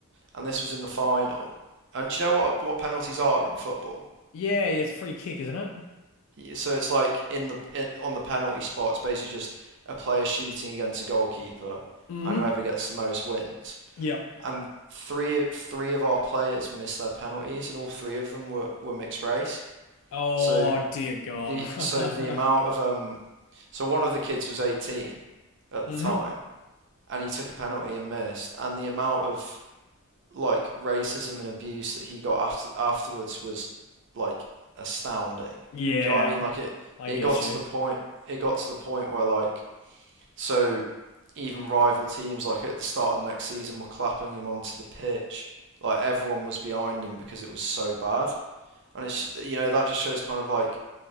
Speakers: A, on the right; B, on the left.
A: and this was in the final. And do you know what what penalties are in football?
B: Yeah, yeah, it's a free kick, isn't it?
A: Yeah, So it's like in the it, on the penalty spot, it's basically just a player shooting against a goalkeeper,
B: Mm-hmm.
A: and whoever gets the most wins.
B: Yep.
A: and three three of our players missed their penalties, and all three of them were, were mixed race.
B: Oh
A: So
B: dear God.
A: the
B: <laughs>
A: so the amount of um, so one of the kids was 18 at
B: hmm
A: the time, and he took a penalty and missed, and the amount of like racism and abuse that he got after afterwards was like astounding.
B: Yeah,
A: Do you know what I mean? Like it
B: I
A: it
B: get
A: got to
B: you.
A: the point it got to the point where like so even rival teams, like at the start of the next season, were clapping him onto the pitch. Like everyone was behind him because it was so bad. And it's just, you know that just shows kind of like